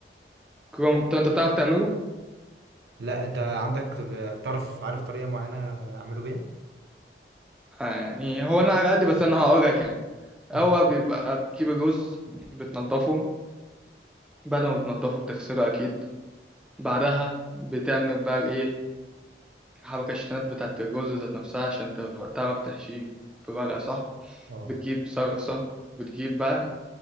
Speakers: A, in the centre; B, on the right (about 65°).
A: كرم- طب انت بتعرف تعمله
B: لا انت عندك تعرف عارف طريقه معينه اعمله بيها
A: آه يعني هو انا على قد بس انا هقولك يعني
B: قول
A: هو
B: لي
A: بيبقى بتجيب الرز بتنضفه بعد ما بتنضفه بتغسله اكيد بعدها بتعمل بقى ايه حبكة الشتانات بتاعة الرز ذات نفسها عشان ت- تعرف تحشيه في الورقة صح
B: اه
A: بتجيب صلصة بتجيب بقى